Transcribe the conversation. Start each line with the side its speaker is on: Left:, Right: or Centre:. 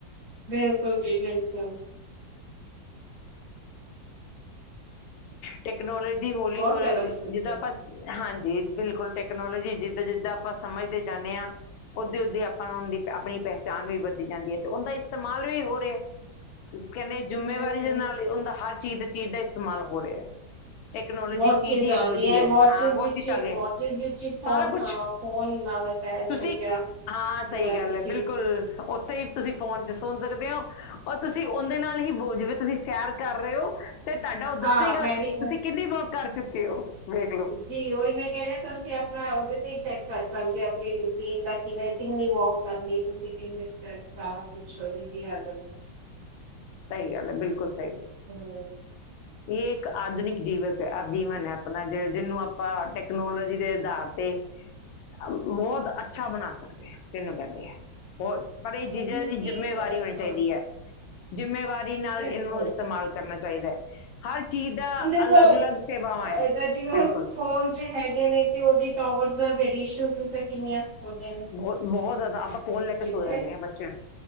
Right: ਬਿਲਕੁਲ ਜੀ, ਬਿਲਕੁਲ।
Left: ਟੈਕਨੋਲੋਜੀ ਹੌਲੀ
Right: ਬਹੁਤ
Left: ਹੌਲੀ
Right: ਜ਼ਿਆਦਾ ਸ਼ੌਕ
Left: ਜਿੱਦਾਂ
Right: ਹੈ।
Left: ਆਪਾਂ ਹਾਂਜੀ ਬਿਲਕੁਲ ਟੈਕਨੋਲੋਜੀ ਜਿੱਦਾਂ ਜਿੱਦਾਂ ਆਪਾਂ ਸਮਝਦੇ ਜਾਂਦੇ ਹਾਂ ਉਦੇ ਓਦੇ ਆਪ ਆਪ ਦੀ ਆਪਣੀ ਪਹਿਚਾਣ ਵੀ ਵੱਧਦੀ ਜਾਂਦੀ ਏ ਤੇ ਉਹਦਾ ਇਸਤੇਮਾਲ ਵੀ ਹੋ ਰਿਹਾ ਏ ਕਿਉਕਿ ਕਹਿੰਦੇ ਜਿੰਮੇਵਾਰੀ
Right: ਬਿਲਕੁਲ
Left: ਦੇ ਨਾਲ ਉਦਾ ਹਰ ਚੀਜ਼ ਚੀਜ਼ ਦਾ ਇਸਤੇਮਾਲ ਹੋ ਰਿਹਾ ਹੈ। ਟੈਕਨੋਲੋਜੀ
Right: ਵਾਚਿਸ
Left: ਚੀਜ਼ ਦੀ ਇਹੋ
Right: ਆ ਗਈਆਂ
Left: ਜਿਹੀ ਹੈ
Right: ਵਾਚਿਸ
Left: ਹਾਂ ਬਹੁਤ
Right: ਵਿੱਚ
Left: ਪੀਸ
Right: ਹੀ
Left: ਆ ਗਏ
Right: ਵਾਚਿਸ ਵਿੱਚ ਹੀ ਫੋਨ
Left: ਸਾਰਾ ਕੁਛ।
Right: ਹਾਂ ਫੋਨ ਨਾਲ ਅਟੈਚ
Left: ਤੁਸੀਂ
Right: ਹੋ ਗਿਆ
Left: ਹਾਂ
Right: ਪੂਰਾ
Left: ਸਹੀ ਗੱਲ
Right: ਤੁਸੀਂ
Left: ਹੈ ਬਿਲਕੁਲ ਉਥੇ ਤੁਸੀਂ ਫੋਨ ਚ ਸੁਣ ਸਕਦੇ ਹੋ ਔਰ ਤੁਸੀਂ ਉਹਦੇ ਨਾਲ ਹੀ ਬੋਲ ਜਾਵੇ ਤੁਸੀਂ ਸ਼ੈਰ ਕਰ ਰਹੇ ਹੋ। ਤੇ ਤੁਹਾਡਾ ਉਹ
Right: ਹਾਂ
Left: ਦੱਸੇਗਾ
Right: ਮੈਂ ਵੀ
Left: ਤੁਸੀਂ
Right: ਹਾਂ,
Left: ਕਿੰਨੀ ਵੋਕ ਕਰ ਚੁੱਕੇ ਹੋ ਵੇਖ ਲਉ।
Right: ਜੀ ਉਹੀ ਮੈਂ ਕਹਿ ਰਹੀ ਆ ਤੁਸੀਂ ਆਪਣਾ ਉਹਦੇ ਤੇ ਹੀ ਚੈੱਕ ਕਰ ਸਕਦੇ ਆਪਣੀ ਰੂਟੀਨ ਦਾ ਕਿਵੇੈਂ ਕਿੰਨੀ ਵੋਕ ਕਰ ਲਈ ਤੁਸੀਂ ਕਿੰਨੇ ਸਟੈਪ ਸਾਰਾ ਕੁਝ ਉਹਦੇ ਤੇ ਹੀ ਆ ਜਾਂਦਾ।
Left: ਸਹੀ ਗੱਲ ਹੈ, ਬਿਲਕੁਲ ਸਹੀ ਗੱਲ।
Right: ਹੈਲੋ
Left: ਇਹ ਇੱਕ ਆਧੁਨਿਕ ਜੀਵਕ ਜੀਵਨ ਹੈ ਆਪਣਾ ਜ ਜਿਹਨੂੰ ਆ ਆਪਾਂ ਟੈਕਨੋਲੋਜੀ ਦੇ ਆਧਾਰ ਤੇ ਬਹੁਤ ਅੱਛਾ ਬਣਾ ਸਕਦੇ ਤੈਨੂੰ ਕਹਿੰਦੇ ਆ। ਹੋਰ ਪਰ ਇਹ
Right: ਤਕਨੀਕੀ
Left: ਚੀਜ਼ਾਂ ਦੀ ਜਿੰਮੇਵਾਰੀ
Right: ਅ,
Left: ਹੋਣੀ ਚਾਹੀਦੀ
Right: ਹਾਂ
Left: ਹੈ। ਜ਼ਿੰਮੇਵਾਰੀ ਨਾਲ
Right: ਬਿਲਕੁਲ
Left: ਇਹਨੂੰ ਇਸਤੇਮਾਲ ਕਰਨਾ ਚਾਹੀਦਾ ਹੈ ਹਰ ਚੀਜ਼ ਦਾ
Right: ਹੁਣ ਦੇਖੋ
Left: ਅਲੱਗ-ਅਲੱਗ ਸੇਵਾਵਾਂ ਹੈ
Right: ਏਦਾਂ ਜਿਵੇਂ ਹੁਣ
Left: ਬਿਲਕੁਲ
Right: ਫੋਨ ਚ ਤੇ ਹੈਗੇ ਨੇ ਤੇ ਉਹਦੇ ਟੋਵਰਸ ਦਾ ਰੇਡੀਏਸ਼ਨ ਵੀ ਤਾਂ ਕਿੰਨੀਆਂ ਹੋ ਗਈਆਂ ਨੇ
Left: ਬਹੁਤ ਬਹੁਤ ਜ਼ਿਆਦਾ ਆਪਾਂ ਕੌਣ ਲੈ
Right: ਜਿੱਥੇ
Left: ਕੇ ਸੋ ਜਾਂਦੇ ਆ ਬੱਚਿਆਂ